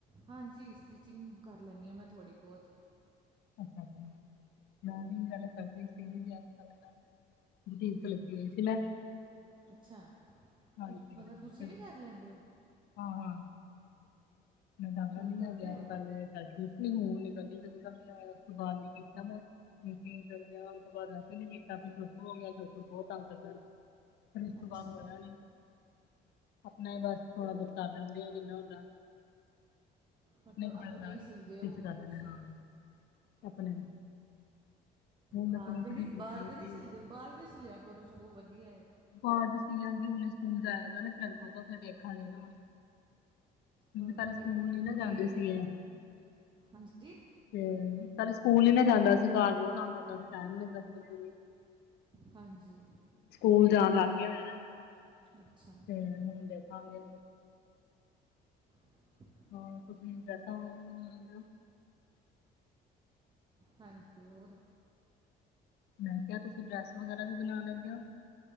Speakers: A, on the right; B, on the left.
A: ਹਾਂਜੀ ਸਟਿਚਿੰਗ ਕਰ ਲੈਂਦੀ ਆ ਮੈਂ ਥੋੜ੍ਹੀ ਬੋਤ।
B: <inaudible> <unintelligible> ਮੈਂ
A: ਅੱਛਾ,
B: ਹਾਂਜੀ
A: ਮਤਲਬ ਤੁਸੀਂ
B: ਫਿਰ-
A: ਵੀ ਕਰ ਲੈਦੇ ਔ?
B: ਹਾਂ, ਹਾਂ। <inaudible>
A: ਹੁਣ ਕਰਦੇ ਹੋ
B: <unintelligible> ਤੋਂ ਬਾਅਦ <unintelligible> ਨੀ ਕੀਤਾ <unintelligible> ਛੋਟੂ ਹੋ ਗਿਆ ਛੋਟੂ ਬੋਤ ਤੰਗ ਕਰਦਾ ਏ। ਫਿਰ ਇਸ
A: ਅੱਛਾ
B: ਤੋਂ ਬਾਦ ਹੋਇਆ ਨੀ, ਆਪਣਾ ਏ ਬਸ, ਥੋੜਾ ਬੋਤ ਕਰ ਲੈਦੇ ਆ ਜਿੰਨਾ ਹੁੰਦਾ।
A: ਮਤਲਬ
B: ਕੱਪੜੇ
A: ਆਪਣੇ
B: ਵਗੈਰਾ
A: ਈ
B: ਸਟਿਚ
A: ਸਿਲਦੇ ਔ
B: ਕਰ
A: ਹਣ
B: ਲੈਣੇ
A: ਤੁਸੀਂ,
B: ਹਾਂ ਆਪਣੇ ਹੁਣ ਮੈਂ
A: ਬਾਰ
B: ਸੋਚਦੀ
A: ਦੇ ਨੀ
B: ਪਈ
A: ਬਾਰ
B: ਸੀ
A: ਦੇ ਨੀ
B: ਕਿ
A: ਸਿਲਦੇਓ ਬਾਹਰ ਦੇ ਸਿਲਿਆ ਕਰੋ ਸਗੋਂ ਵਧੀਆ ਏ।
B: ਬਾਦ ਸੀਲਾਗੀ ਹੁਨੇ ਸਕੂਲ ਜਾਏਗਾ ਨਾ ਫਿਰ ਅੱਗੋਂ ਤੋਂ ਫਿਰ ਦੇਖਾਂਗੇ ਨਾ। <unintelligible>
A: ਹੋਰ
B: ਪਹਿਲਾ
A: ਕੀ
B: ਸਕੂਲ
A: ਆਪਣੀ
B: ਨੀ ਨਾ
A: ਬੁਟੀਕ
B: ਜਾਂਦੇ ਸੀ ਏ।
A: ਹਾਂਜੀ,
B: ਤੇ ਪਹਿਲੇ ਸਕੂਲ ਨੀ ਨਾ ਜਾਂਦਾ ਸੀ, ਘਰ ਬੋਤ ਤੰਗ ਕਰਦਾ ਸੀ ਟੈਮ ਨੀ ਲਗਦਾ ਸੀ ਬੱਚੇ ਨੂੰ
A: ਹਾਂਜੀ।
B: ਸਕੂਲ ਜਾਣ ਲੱਗ ਗਿਆ ਵੇ,
A: ਅੱਛਾ
B: ਹੂੰ ਹੁਣ ਦੇਖਾਂਗੇ।
A: <inaudible>
B: ਹਾਂ, ਤੁਸੀਂ ਡਰੈਸਾਂ <unintelligible>
A: ਹਾਂਜੀ, ਹੋਰ?
B: ਮੈਂ ਕਿਆ ਤੁਸੀਂ ਡਰੈਸ ਵਗੈਰਾ ਵੀ ਬਣਾ ਲੈਂਦੇ ਓ?